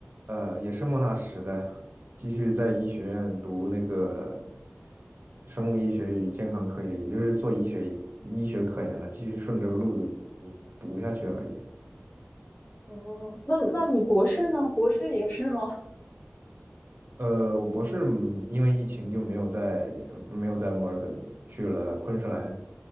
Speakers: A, on the right; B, on the left.
A: 呃，也是莫纳什的，继续在医学院读那个生物医学与健康科学，也就是做医学医学科研了，继续顺着这个路子读下去而已。
B: 哦，那那你博士呢？博士也是吗？
A: 呃，我博士嗯因为疫情就没有在没有在墨尔本，去了昆士兰